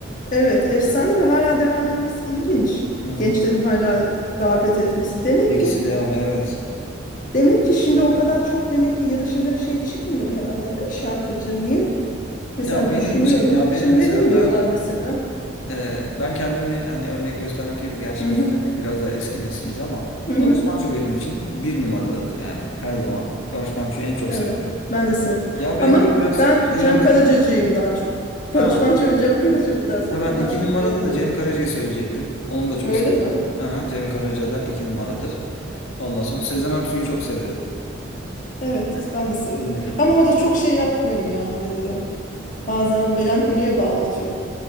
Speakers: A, on the left (about 40°); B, on the left (about 80°).
A: Evet, efsane ve hala devam etmesi ilginç.
B: Hı hı.
A: Gençlerin hala rağbet etmesi. Demek
B: Bilgisi
A: ki
B: devam. Evet.
A: demek ki şimdi o kadar çok demek ki yarışacak şey çıkmıyor herhalde değil mi şarkıcı? Niye? Mesela
B: Ya benim
A: düşünüyorum.
B: için ya
A: Şimdi
B: benim mesela
A: ne dinliyorlar
B: ben
A: mesela?
B: e, ben kendimi hani örnek göstermek gerekirse gerçi
A: Hı
B: biz
A: hı.
B: hani biraz daha eski nesiliz ama
A: Hı
B: Barış
A: hı.
B: Manço benim için bir numaradadır yani her zaman. Barış Manço'yu en çok
A: Evet.
B: seviyorum.
A: Ben de severim.
B: Ya
A: Ama
B: belki o biraz
A: ben
B: şeyden
A: Cem Karaca'cıyım
B: de
A: daha çok.
B: ha,
A: Barış Manço ve Cem Karaca mı dersen
B: ha ben
A: ben
B: iki
A: daha çok
B: numarada
A: Cem
B: da
A: Karaca'cıyım.
B: Cem Karaca'yı söyleyecektim. Onu da çok
A: Öyle
B: seviyorum.
A: mi?
B: Aha, Cem Karaca da iki numaradır. Ondan sonra Sezen Aksu'yu çok severim.
A: Evet,
B: Yani
A: ben de severim.
B: dinlerim.
A: Ama o da çok şey yapmıyor mu ya? Nedir o? Bazen melankoliye bağlatıyor.